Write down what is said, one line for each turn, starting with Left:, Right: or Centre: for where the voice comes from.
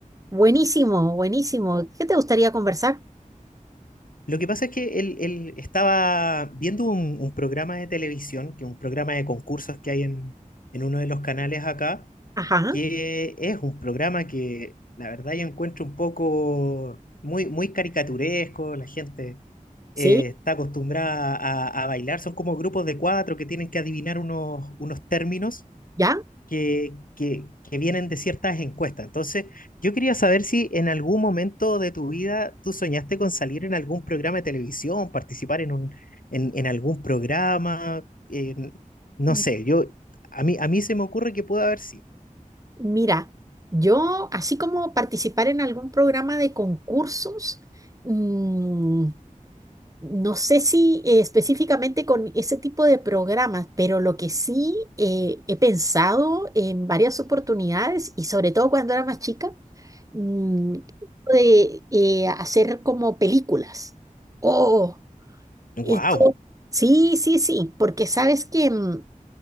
Right: Buenísimo, buenísimo. ¿Qué te gustaría conversar?
Left: Lo que pasa es que él, él estaba viendo un, un programa de televisión, que es un programa de concursos que hay en, en uno de los canales acá,
Right: Ajá,
Left: que es un programa que la verdad yo encuentro un poco muy, muy caricaturesco, la gente
Right: sí,
Left: eh, está acostumbrada a, a bailar, son como grupos de cuatro que tienen que adivinar unos, unos términos
Right: ya.
Left: que, que, que vienen de ciertas encuestas. Entonces, yo quería saber si en algún momento de tu vida tú soñaste con salir en algún programa de televisión, participar en un, en, en algún programa, en- no
Right: M-
Left: sé, yo, a mí, a mí se me ocurre que puede haber sido.
Right: Mira, yo así como participar en algún programa de concursos, mm, no sé si eh, específicamente con ese tipo de programas, pero lo que sí eh, he pensado en varias oportunidades y sobre todo cuando era más chica. mm, de eh, hacer como películas. Oh,
Left: Wow,
Right: esto- sí, sí, sí, porque sabes que mm,